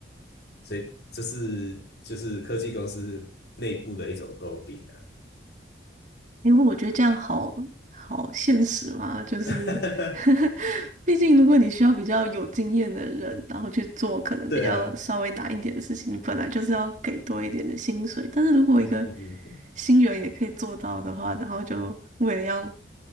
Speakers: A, on the left; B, on the right.
A: 所以这是就是科技公司内部的一种诟病啊。
B: 因为我觉得这样好好现实嘛，就是，
A: <laughs>
B: <laughs> 毕竟如果你需要比较有经验的人，然后去做可能比较稍微难一点的事情，
A: 对啊，
B: 你本来就是要给多一点的薪水。但是如果一个
A: 嗯嗯嗯，
B: 新人也可以做到的话，然后就为了要